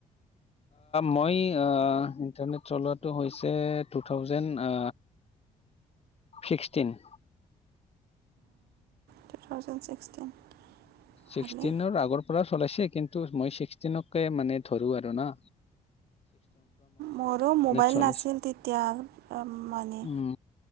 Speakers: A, on the left; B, on the right.
A: মই ইণ্টাৰনেট চলোৱাটো হৈছে two thousand sixteen.
B: Two thousand sixteen.
A: ছিক্সটিনৰ
B: ভালে
A: আগৰ পৰা চলাইছে, কিন্তু মই ছিক্সটিনকে মানে ধৰো আৰু ন।
B: মোৰো মোবাইল
A: চলাইছো
B: নাছিল তেতিয়া মানে।
A: উম